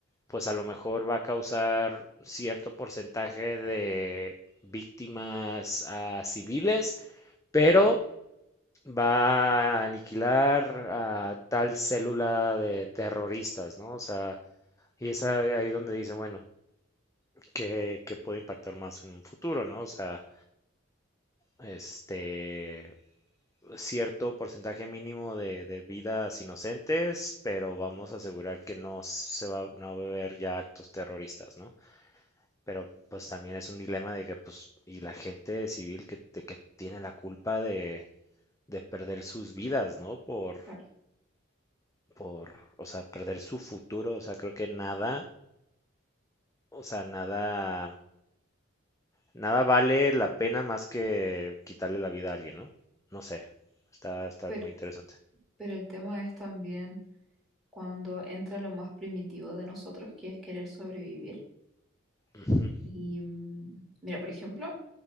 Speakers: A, on the left (about 15°); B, in the centre.
A: pues a lo mejor va a causar cierto porcentaje de víctimas a civiles, pero va a aniquilar a tal célula de terroristas, ¿no? O sea, y es ahí donde dice, bueno, que que puede impactar más en un futuro, ¿no? O sea, este, cierto porcentaje mínimo de, de vidas inocentes, pero vamos a asegurar que no se va, no va a haber ya actos terroristas, ¿no? Pero pues también es un dilema de que, pues, y la gente civil que, de que tiene la culpa de, de perder sus vidas, ¿no? Por,
B: claro,
A: por, o sea, perder su futuro, o sea, creo que nada, o sea, nada, nada vale la pena más que quitarle la vida a alguien, ¿no? No sé, está, está
B: pero,
A: muy interesante.
B: pero el tema es también... cuando entra lo más primitivo de nosotros, que es querer sobrevivir.
A: Ujú,
B: Y mm, mira, por ejemplo,